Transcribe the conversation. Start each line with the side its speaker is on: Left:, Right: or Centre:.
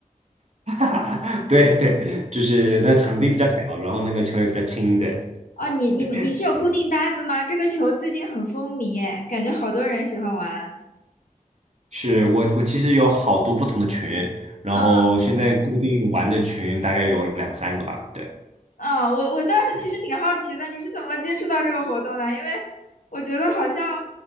Right: <laughs> 对对，就是那场地比较小，然后那个球也比较轻，对，
Left: 哦，你你们你是有固定搭子吗？
Right: 小一点。
Left: 这个球最近很风靡，哎，感觉好多人喜欢玩。
Right: 是我我其实有好多不同的群，然后现在固定玩的群大概有两三个吧，
Left: 嗯
Right: 对，
Left: 啊，我我倒是其实挺好奇的，
Right: 哎。
Left: 你是怎么接触到这个活动的？因为我觉得好像